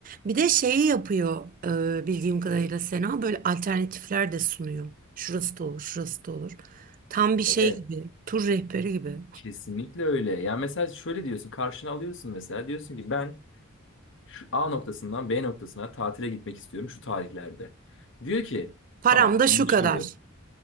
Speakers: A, on the right; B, on the left.
A: Bir de şeyi yapıyor e, bildiğim kadarıyla Sena, böyle alternatifler de sunuyor. Şurası da olur, şurası da olur. Tam bir şey
B: Ee, evet.
A: gibi, tur rehberi gibi.
B: Kesinlikle öyle. Ya mesela şöyle diyorsun, karşına alıyorsun mesela diyorsun ki ben şu A noktasından B noktasına tatile gitmek istiyorum şu tarihlerde. Diyor ki
A: Param
B: tamam
A: da
B: anlaşıldı
A: şu kadar.